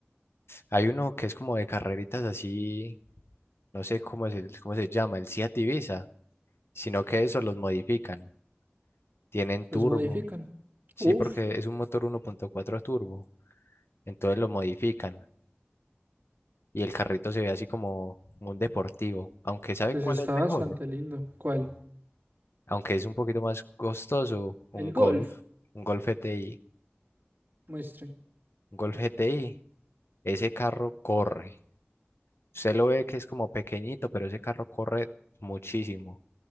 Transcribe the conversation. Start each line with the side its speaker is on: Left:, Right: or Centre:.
Left: hay uno que es como de carreritas así, no sé cómo es el, cómo se llama, el Seat Ibiza, sino que eso los modifican, tienen turbo,
Right: ¿Los modifican?
Left: sí,
Right: Uf,
Left: porque es un motor 1.4 turbo, entonces lo modifican y el carrito se ve así como un deportivo, aunque sabe
Right: pues
Left: cuál
Right: está
Left: es
Right: bastante
Left: mejor,
Right: lindo. ¿Cuál?
Left: aunque es un poquito más costoso, un
Right: El Golf.
Left: Golf, un Golf GTI,
Right: Muestre.
Left: un Golf GTI, ese carro corre. Usted lo ve que es como pequeñito, pero ese carro corre muchísimo